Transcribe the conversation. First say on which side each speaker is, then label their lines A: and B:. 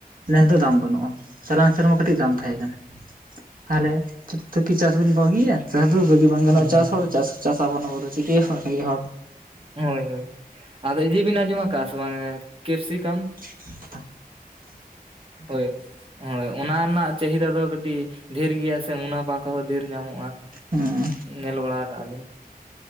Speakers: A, on the right; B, on the right.
A: ᱱᱮᱥ ᱫᱚ ᱫᱟᱢ ᱵᱟᱹᱱᱩᱜ-ᱟ, ᱪᱟᱞᱟᱣᱮᱱ ᱥᱮᱨᱢᱟ ᱠᱟᱹᱴᱤᱡ ᱫᱟᱢ ᱛᱟᱦᱮᱸ ᱠᱟᱱᱟ᱾ ᱛᱟᱦᱚᱞᱮ <unintelligible> ᱠᱤ ᱪᱟᱥᱤᱱ ᱵᱟᱹᱜᱤᱭᱟ ᱪᱟᱥ ᱫᱚ ᱵᱟᱹᱜᱤ ᱵᱟᱝ ᱜᱟᱱᱚᱜᱼᱟ
B: ᱦᱮᱸ
A: ᱪᱟᱥ ᱪᱟᱥᱟᱵᱚᱱ ᱟᱵᱚ ᱫᱚ᱾ ᱪᱤᱠᱟᱹ <unintelligible> ᱨᱮᱸᱜᱮᱡ ᱦᱚᱲ᱾
B: ᱦᱳᱭ ᱦᱳᱭ ᱟᱫᱚ ᱤᱫᱤ ᱵᱮᱱ ᱟᱸᱡᱚᱢᱟ ᱟᱠᱟᱫ-ᱟ ᱥᱮ ᱵᱟᱝ ᱠᱮᱯᱥᱤᱠᱟᱢ?
A: <inaudible>
B: ᱦᱳᱭ ᱦᱳᱭ ᱚᱱᱟ ᱨᱮᱱᱟᱜ ᱪᱟᱹᱦᱤᱫᱟ ᱫᱚ ᱠᱟᱹᱴᱤᱡ ᱰᱷᱮᱨ ᱜᱮᱭᱟ ᱥᱮ ᱢᱩᱱᱟᱯᱟ ᱠᱟ ᱦᱚᱸ ᱰᱷᱮᱨ ᱧᱟᱢᱚᱜᱼᱟ᱾
A: ᱦᱩᱸ
B: ᱧᱮᱞ ᱵᱟᱲᱟ ᱠᱟᱜ-ᱟ ᱞᱤᱧ᱾